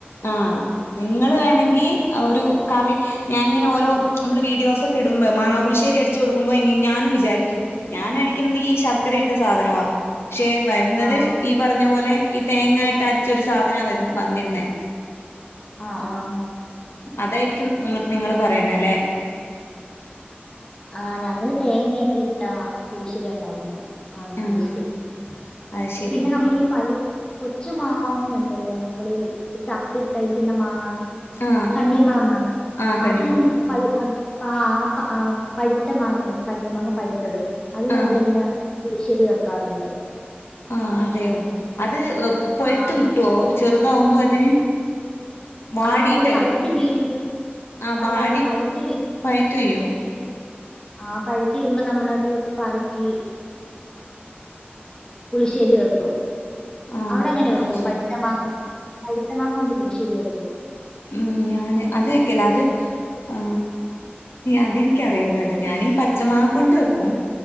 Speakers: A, on the left (about 80°); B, on the left (about 20°).
A: ആ നിങ്ങൾ വേണെങ്കി ഒരു കറി ഹ് ഞാനിങ്ങനെ ഓരോ നമ്മൾ വീഡിയോസൊക്കെ ഇടുമ്പോ. മാങ്ങാ പുലിശ്ശേരി അടിച്ചു കൊടുക്കുമ്പോ ഇനി ഞാനും വിജാരിക്കും ഞാനടിക്കുന്നത് ഈ ശർക്കരയിട്ട സാധനവാ. ക്ഷെ വരുന്നത്
B: ആഹ്
A: ഈ പറഞ്ഞ പോലെ ഈ തേങ്ങായിട്ട് അരച്ചൊരു സാധനാ വ വന്നിരുന്നേ.
B: ആ ആഹ്.
A: അതായിരിക്കും ഹ്മ് നിങ്ങള് പറിണെ ലെ.
B: ആഹ് ഞങ്ങള് തേങ്ങൊക്കെ ഇട്ടാ പുളിശേരി ഉണ്ടാക്കുന്ന മാങ്ങ
A: ആഹ്
B: പുളിശ്ശേരി.
A: അത് ശരി
B: പിന്നെ നമ്മളീ പഴു കൊച്ചു മാങ്ങയുണ്ടല്ലോ? നമ്മളീ ചപ്പി കഴിക്കുന്ന മാങ്ങ.
A: ആഹ്
B: കണ്ണിമാങ്ങ
A: ആഹ് കണ്ണിമാങ്ങ
B: അതും പഴ് അത് ആ ആ പ ആ പഴ്ത്ത മാങ്ങയാണ് കണ്ണിമാങ്ങ പഴ്ത്തത്. അത് നമ്മളിങ്ങനെ
A: ആഹ്
B: പുളിശ്ശേരി വെക്കാറ്ണ്ട്.
A: ആ അതെയോ. അത് പൊയ്ത്ത്
B: ആ
A: കിട്ടുവോ? ചെറുതാവുമ്പോ അതിന് വാടിട്ടല്ലേ
B: ആ അത് പഴുത്ത്
A: വര.
B: വീഴും
A: ആ
B: അല്ലല്ല
A: വാടി
B: പഴുത്ത് വീ
A: പഴ്‌ <unintelligible>
B: ആ പഴുത്തി ഇരുമ്പോ നമ്മളത് പറക്കി പുളിശ്ശേരി വെക്കും.
A: ആഹ്
B: അവിടങ്ങനെ വെക്കൊ?
A: അത് ശരി
B: പഴ്ത്ത മാങ്ങ പഴ്‌ത്ത മാങ്ങോണ്ട് പുളിശ്ശേരി വെക്കോ?
A: ഉം. ഞാന് അത് വെക്കല്ല. അത് ആ. അതെനിക്കറിയൂല്ല കേട്ടോ. ഞാനീ പച്ച മാങ്ങ കൊണ്ട് വെക്കും.